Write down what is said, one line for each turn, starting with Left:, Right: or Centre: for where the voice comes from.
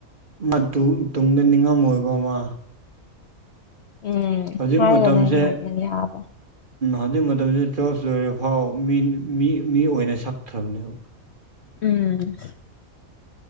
Right: ꯑꯗꯨ ꯃꯥ ꯇꯨꯡꯗ ꯅꯤꯡꯉꯝꯃꯣꯏꯀꯣ ꯃꯥ
Left: ꯎꯝ
Right: ꯍꯧꯖꯤꯛ
Left: ꯍꯥꯏꯒꯅꯤ
Right: ꯃꯇꯝꯁꯦ ꯑ
Left: ꯅꯪ ꯌꯥꯕ
Right: ꯍꯧꯖꯤꯛ ꯃꯇꯝꯁꯤꯗ ꯇꯨꯌꯦꯜꯐ ꯂꯣꯏꯔ ꯐꯥꯎ ꯃꯤ ꯃꯤ ꯑꯣꯏꯅ ꯁꯛꯇ꯭ꯔꯕꯅꯦꯕ
Left: ꯎꯝ